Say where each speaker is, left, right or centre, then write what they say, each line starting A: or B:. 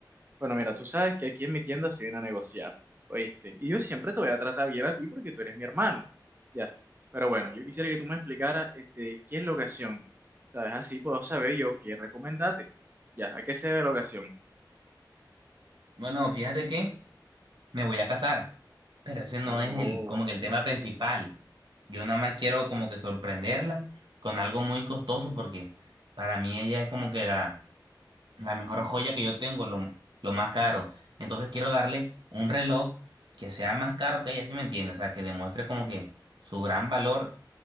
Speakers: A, on the right (about 30°); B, on the right (about 85°).
A: Bueno, mira, tú sabes que aquí en mi tienda se viene a negociar, ¿oíste? Y yo siempre te voy a tratar bien a ti porque tú eres mi hermano, ya. Pero bueno, yo quisiera que tú me explicaras, este, qué es la ocasión, ¿sabes? Así puedo saber yo qué recomendarte, ya, ¿a qué se debe la ocasión?
B: Bueno, fíjate que me voy a casar, pero ese no
A: Oh.
B: es el, como que el tema principal. Yo nada más quiero como que sorprenderla con algo muy costoso porque para mí ella es como que la, la mejor joya que yo tengo, lo, lo más caro. Entonces quiero darle un reloj que sea más caro que ella, ¿sí me entiende? O sea, que demuestre como que su gran valor